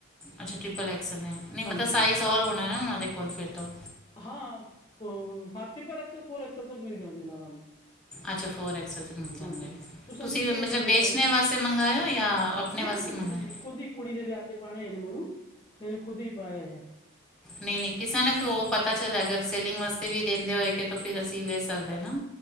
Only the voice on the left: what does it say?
ਹਾਂਜੀ
ਹਾਂ
ਹਾਂ, ਹੂੰ-ਹੂੰ ਟ੍ਰਿਪਲ ਐਕਸਲ, ਫੋਰ ਐਕਸਲ ਤੱਕ ਮਿਲ ਜਾਂਦੇ ਨੇ ਆਰਾਮ ਨਾਲ।
ਹਾਂਜੀ
ਹਾਂਜੀ ਤੁਸਾਂ
ਦੀ ਕੀ
ਸਾਈਜ਼
ਨਹੀਂ
ਨਹੀਂ
ਨਹੀਂ ਨਹੀਂ ਨਹੀਂ ਖੁਦ ਹੀ ਕੁੜੀ ਦੇ ਵਿਆਹ ਤੇ ਪਾਣੇ ਐ ਮੈਨੂੰ, ਮੈਨੇ ਖੁਦ ਹੀ ਪਾਇਆ ਐ।